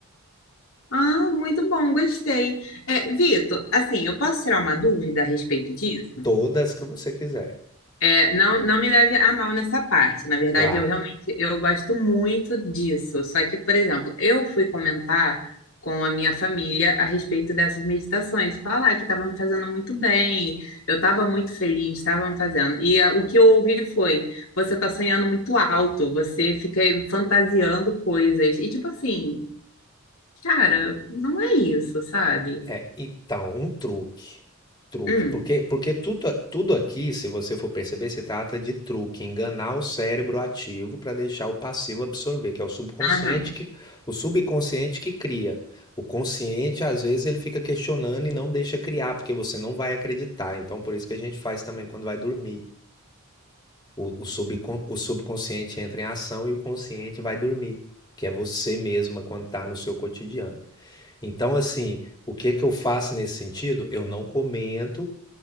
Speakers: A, on the left; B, on the left.
A: Ah, muito bom, gostei. É, Vitor, assim, eu posso tirar uma dúvida a respeito disso?
B: Todas que você quiser.
A: É, não, não me leve a mal nessa parte. Na verdade,
B: Vai.
A: eu realmente eu gosto muito disso. Só que, por exemplo, eu fui comentar com a minha família a respeito dessas meditações, falar que estava me fazendo muito bem, eu estava muito feliz, estava me fazendo. E ah, o que eu ouvi foi: você está sonhando muito alto, você fica aí fantasiando coisas. E tipo assim, cara, não é isso, sabe?
B: É, então, um truque. Truque.
A: Hum,
B: Porque, porque tudo, tudo aqui, se você for perceber, se trata de truque, enganar o cérebro ativo para deixar o passivo absorver, que é o subconsciente
A: aham.
B: que, o subconsciente que cria. O consciente, às vezes, ele fica questionando e não deixa criar, porque você não vai acreditar. Então, por isso que a gente faz também quando vai dormir. O, o, subcon- o subconsciente entra em ação e o consciente vai dormir, que é você mesma quando está no seu cotidiano. Então, assim, o que que eu faço nesse sentido? Eu não comento,